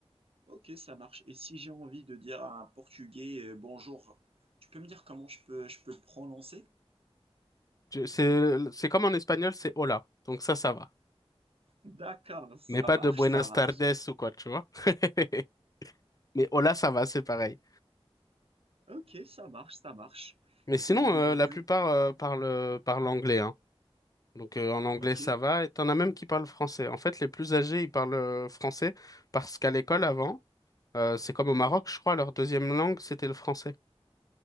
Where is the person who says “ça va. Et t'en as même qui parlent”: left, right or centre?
Left